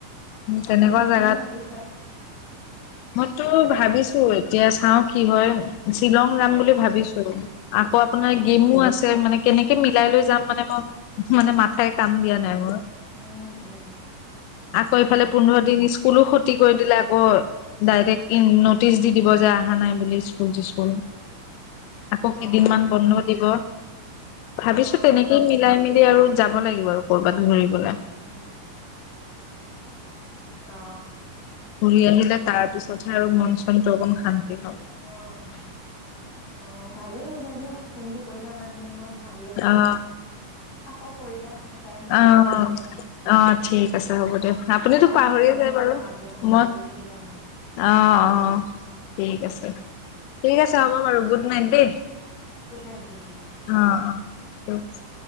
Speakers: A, on the left; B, on the left.
A: তেনেকুৱা
B: বাকী তুমি
A: জেগাত
B: ভাবিছা।
A: মইতো ভাবিছো এতিয়া চাওঁ কি হয় শ্বিলং যাম
B: অ
A: বুলি ভাবিছোঁ। আকৌ আপোনাৰ
B: অ
A: গেমো আছে মানে কেনেকে মিলাই লৈ যাম মানে। মানে মাথাই কাম দিয়া নাই মোৰ।
B: উম উম
A: আকৌ এইফালে
B: অ
A: পোন্ধৰ দিন স্কুলো খতি কৰি দিলে আকৌ- ডাইৰেক্ট নটিচ দি দিব যে অহা নাই বুলি স্কুল চিকুল আকৌ কেইদিনমান
B: অ
A: বন্ধ দিব। ভাবিছো
B: অ
A: তেনেকেই
B: অ
A: মিলাই মিলি আৰু যাব লাগিব আৰু কৰবাত ঘুৰিবলে।
B: উম উম অঁ!
A: ঘূৰি আহিলে তাৰ পিছতহে আৰু মন চন তবন অম শান্তি হৱ।
B: অঁ অঁ অঁ ভালেই কৰিলো দিয়া। ফোনটো কৰিলা ইমান দিনৰ মূৰত ভাল লাগিলে
A: অ'
B: আকৌ কৰিবা। টাইম পালে
A: অঁ
B: কেতিয়াবা
A: অঁ ঠিক আছে হ'ব দিয়ক। আপুনিতো
B: টাইম
A: পাহৰিয়ে
B: পালে কৰিবা
A: যায় বাৰু
B: মাজে সময়ে
A: মই
B: কৰি থাকিবা এনেকে।
A: অঁ অঁ। ঠিক
B: উম
A: আছে
B: উম উম
A: ঠিক আছে
B: উম
A: হ'ব বাৰু গুড নাইট দেই।
B: Good night good night.
A: অঁ অঁ ঠিক আছে।